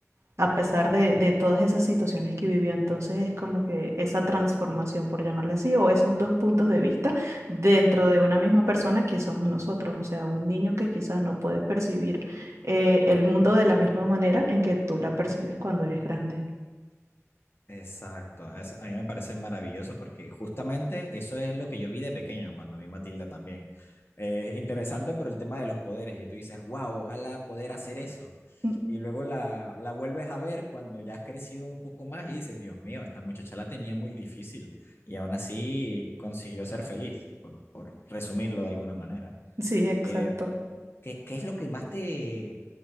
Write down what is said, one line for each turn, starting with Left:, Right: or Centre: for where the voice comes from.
Right: a pesar de, de todas esas situaciones que vivió. Entonces es como que esa transformación, por llamarle así, o esos dos puntos de vista dentro de una misma persona que somos nosotros, o sea, un niño que quizás no puede percibir eh, el mundo de la misma manera en que tú la percibes cuando eres grande.
Left: Exacto, es- a mí me parece maravilloso porque justamente eso es lo que yo vi de pequeño cuando vi Matilda también. Eh, interesante por el tema de los poderes y tú dices, wow, ojalá poder hacer eso.
Right: Mm,
Left: Y luego la, la vuelves a ver cuando ya has crecido un poco más y dices, Dios mío, esta muchacha la tenía muy difícil y aún así consiguió ser feliz, por, por resumirlo de alguna manera.
Right: Sí, exacto.
Left: Eh, ¿Qué, qué es lo que más te,